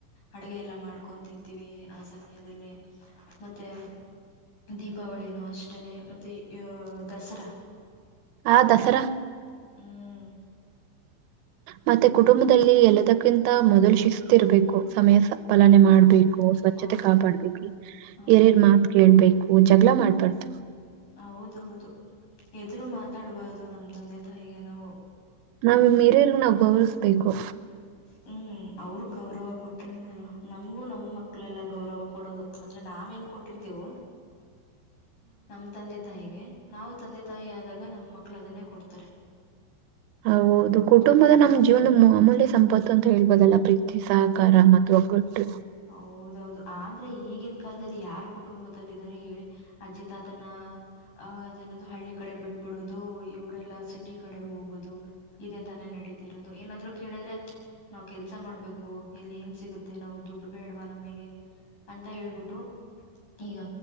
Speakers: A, on the left; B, on the right.
A: ಅಡುಗೆ ಎಲ್ಲ ಮಾಡ್ಕೊಂಡಂತಂತ ವ ಆ ಸಮಯದಲ್ಲಿ ಮತ್ತೆ ದೀಪ ಕವಳಿನಲ್ ಅಷ್ಟನೆ ಮತ್ತೆ ದಸರಾ
B: ಹಾ ದಸರಾ
A: ಹ್ಮ್
B: ಮತ್ತೆ ಕುಟುಂಬದಲ್ಲಿ ಎಲ್ಲದಕ್ಕಿಂತ ಮೊದಲು ಶಿಸ್ತಿರಬೇಕು ಸಮಯಸ ಪಾಲನೆ
A: ಹೌದು
B: ಮಾಡ್ಬೇಕು ಸ್ವಚ್ಛತೆ
A: ಹೌದೌದು
B: ಕಾಪಾಡ್ಬೇಕು
A: ಹೌದು
B: ಹಿರಿಯರ ಮಾತ್ರ ಕೇಳ್ಬೇಕು ಹ ಜಗಳ ಮಾಡ್ಬಾರ್ದ
A: ಹೌದೌದು ಎದರು ಮಾತಾಡ್ಬಹದು ನಮ್ದು ತಂದೆ ತಾಯಿಗೆ ನಾವು
B: ನಾವು ನಮ್ಮ ಹಿರಿಯರ್ ನಾ ಗೌರವಿಸ್ಬೇಕು
A: ಹ್ಮ್ ಅವ್ರ ಗೌರವ ಕೊಟ್ರೇನೆ ಅಲ್ವಾ ನಮ್ಗೂ ನಮ್ ಮಕ್ಳೆಲ್ಲ ಗೌರವ ಕೊಡೋದು ಅಂದ್ರೆ ನಾವ ಏನ್ ಕೊಟ್ಟಿರ್ತವು ನಮ ತಂದೆ ತಾಯಿಗೆ ನಾವು ತಂದೆ ತಾಯಿ ಆದಾಗ ನಮ್ ಮಕ್ಳು ಅದನ್ನೇ ಕೊಡ್ತಾರೆ
B: ಹೌದು ಕುಟುಂಬದ ನಮ್ಮ್ ಜೀವನ ಅಮೂಲ್ಯ ಸಂಪತ್ತು ಅಂತ ಹೇಳ್ಬೋದಲ್ಲ ಪ್ರೀತಿ ಸಹಕಾರ ಮತ್ತು ಒಗ್ಗಟ್ಟು
A: ಹೌದೌದು ಆದ್ರೆ ಈಗಿನ ಕಾಲದಲ್ಲಿ ಯಾರ ಕುಟುಂಬದ ಹೇಳಿ ಅಜ್ಜಿ ತಾತನ ಅ ಅದನದು ಹಳ್ಳಿ ಕಡೆ ಬಿಟ್ಬಿಡೋದು ಇವರೆಲ್ಲ ಸಿ ಕಡೆ ಹೋಗುದು ಇದೇ ತಾನ ನಡೀತಿರ ಅದು ಏನಾದ್ರು ಕೇಳಿದ್ರೆ ನಾವ್ ಕೆಲ್ಸ ಮಾಡ್ಬೇಕು ಇಲ್ಲಿ ಏನ್ ಸಿಗುತ್ತೆ ನಾವು ದುಡ್ಡು ಬೇಡ್ವಾ ನಮಗೆ ಅಂತ ಹೇಳ್ಬಿಟ್ಟು ಈಗ